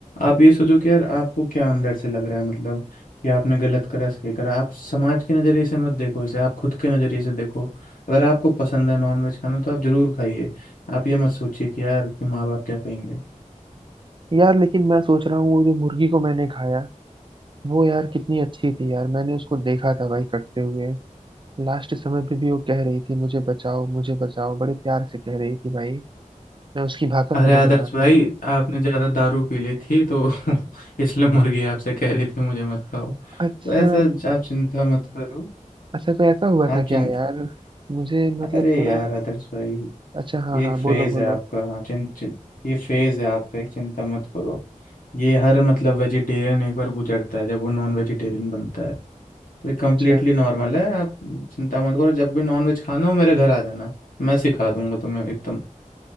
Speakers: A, on the left; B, on the right.
A: आप ये सोचो कि यार आपको क्या अंदर से लग रहा है मतलब कि आपने गलत करा सही करा आप समाज के नज़रिए से मत देखो इसे आप खुद के नज़रिए से देखो अगर आपको पसंद है नॉनवेज खाना तो आप जरूर खाइए आप ये मत सोचिए कि यार कि माँ बाप क्या कहेंगे
B: यार लेकिन मैं सोच रहा हूँ वो जो मुर्गी को मैंने खाया वो यार कितनी अच्छी थी यार मैंने उसको देखा था भाई कटते हुए लास्ट समय पे भी वो कह रही थी मुझे बचाओ मुझे बचाओ बड़े प्यार से कह रही थी भाई मैं उसकी भाषा
A: अरे
B: समझ
A: आदर्श
B: रहा था
A: भाई आपने ज़्यादा दारू पी ली थी तो <laughs> इसलिए मुर्गी आपसे कह रही थी मुझे मत खाओ
B: अच्छा
A: तो ऐसा आप चिंता मत करो
B: अच्छा तो ऐसा हुआ
A: आप
B: था
A: चिं
B: क्या यार मुझे मतलब
A: अरे
B: थोड़ा
A: यार आदर्श भाई
B: अच्छा हाँ
A: ये
B: हाँ
A: एक फेज़
B: बोलो बोलो
A: है आपका हाँ चिं, चिं, ये फेज़ है आपका एक चिंता मत करो ये हर मतलब वेजिटेरियन एक बार गुजरता है जब वो नॉन वेजिटेरियन बनता है तो ये कम्प्लीटली
B: अच्छा
A: नॉर्मल है आप चिंता मत करो जब भी नॉन वेज खाना हो मेरे घर आ जाना मैं सिखा दूंगा तुम्हें एकदम